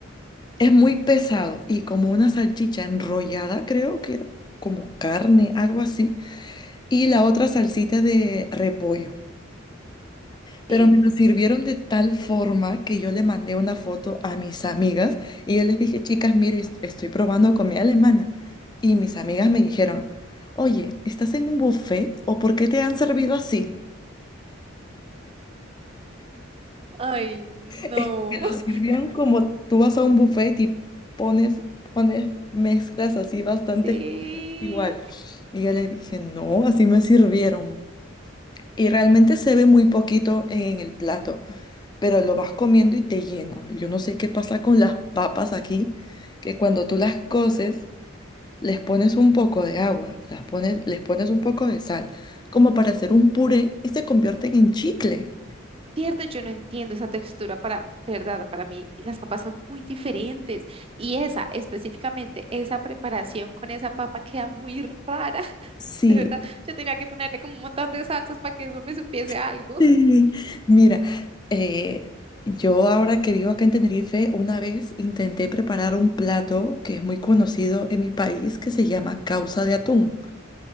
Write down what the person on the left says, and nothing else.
Es muy pesado y como una salchicha enrollada, creo que era como carne, algo así. Y la otra salsita de repollo. Pero
me lo sirvieron de tal forma que yo le mandé una foto a mis amigas y yo les dije, chicas, mire, est- estoy probando comida alemana. Y mis amigas me dijeron, oye, ¿estás en un buffet o por qué te han servido así?
<laughs> Es que
lo sirvieron como tú vas a un buffet y pones, pones mezclas así bastante
igual. Y yo les dije, no, así me sirvieron. Y realmente se ve muy poquito en el plato. pero lo vas comiendo y te llena. Yo no sé qué pasa con las papas aquí, que cuando tú las coces, les pones un poco de agua, las pones, les pones un poco de sal, como para hacer un puré y se convierten en chicle.
Sí,
<laughs>
Sí. mira, eh, yo ahora que vivo acá en Tenerife, una vez intenté preparar un plato que es muy conocido en mi país que se llama causa de atún.